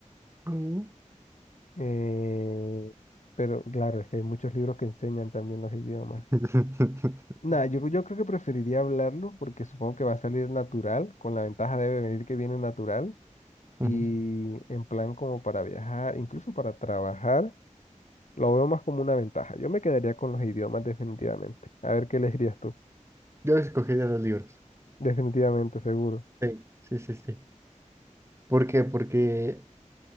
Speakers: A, on the right (about 20°); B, on the left (about 65°).
A: Mm.
B: Eh, pero claro, es que hay muchos libros que enseñan también los idiomas.
A: <laughs>
B: Nah, yo, yo creo que preferiría hablarlo porque supongo que va a salir natural, con la ventaja de venir que viene natural
A: Ujú.
B: y en plan como para viajar, incluso para trabajar, lo veo más como una ventaja. Yo me quedaría con los idiomas definitivamente. A ver qué elegirías tú.
A: Yo escogería los libros.
B: Definitivamente, seguro.
A: Sí, sí, sí, sí. ¿Por qué? Porque